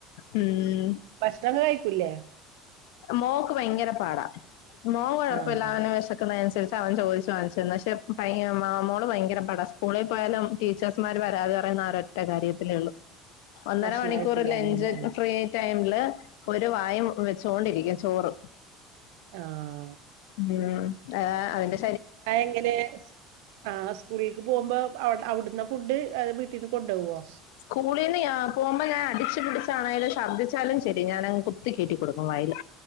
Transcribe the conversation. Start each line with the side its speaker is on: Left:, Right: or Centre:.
Left: ഉം
Right: തൊക്കെ കഴിക്കൂല്ലേ?
Left: മോൾക്ക് ഭയങ്കര പാടാ. മോൻ കൊഴപ്പല്ലാതെ
Right: ആഹ്
Left: ങ്ങനെ വിശക്കുന്നതിനനുസരി പ്പ അവൻ ചോദിച്ചു വാങ്ങിച്ചു തിന്നും. പക്ഷെ ഭയ മോള് ഭയങ്കര പാടാ. സ്കൂളിൽ പോയാലും ടീച്ചേഴ്സ്മാര് പരാതി പറയുന്ന ആരൊ റ്റ കാര്യത്തിലേ ഉള്ളൂ. ഒന്നര
Right: ഭക്ഷണം
Left: മണിക്കൂർ
Right: കഴിക്കൂലായിരുന്നുല്ലേ
Left: ലഞ്ച് ഫ്രീ ടൈമില് ഒരു വായും വെ ച്ചോണ്ടിരിക്കും ചോറ്.
Right: ആഹ്.
Left: ഉം ആഹ് അവന്റെ
Right: അയെങ്ങനെ? ആഹ് സ്കൂളിൽക്ക് പോകുമ്പോ അ അവിടുന്നാ ഫുഡ്. വീട്ടീന്ന് കൊണ്ടുപോകോ?
Left: സ്കൂളിന്ന് ഞാൻ പോഉമ്പോ ഞാൻ അടിച്ച് പിടിച്ചാണേലും ഛർദ്ദിച്ചാലും ശരി ഞാനങ്ങ് കു ത്തി കേറ്റി കൊടുക്കും വായേല്.